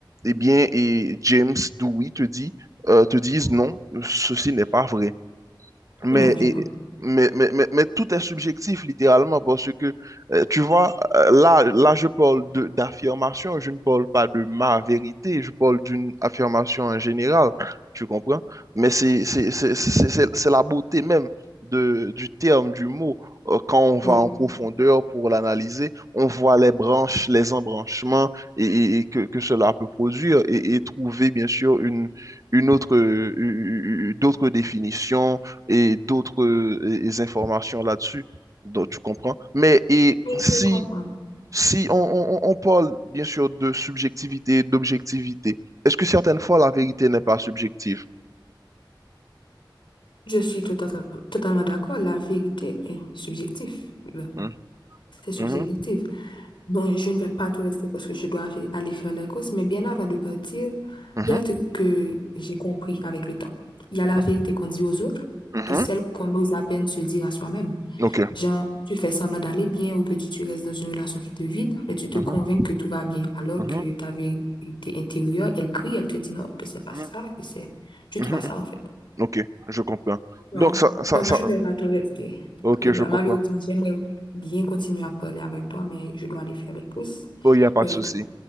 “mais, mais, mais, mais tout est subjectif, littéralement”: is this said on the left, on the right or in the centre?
Right